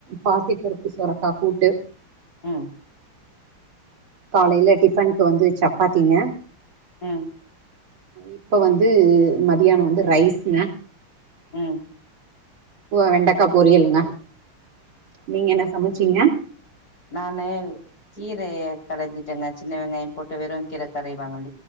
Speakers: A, on the right (about 70°); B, on the left (about 45°).
A: பாசிப்பருப்பு சோரக்கா கூட்டு
B: உம்
A: காலையில டிஃபனுக்கு வந்து சப்பாத்திங்க
B: ம்
A: இப்போ வந்து மதியானோம் வந்து ரைஸ்ங்க
B: உம்
A: வெண்டக்க பொரியல்ங்க நீங்க என்ன சமச்சீங்க
B: நானு கீரைய கடஞ்சிடேங்க சின்ன வெங்காயோ போட்டு வெறும் கீர கடைவாங்கள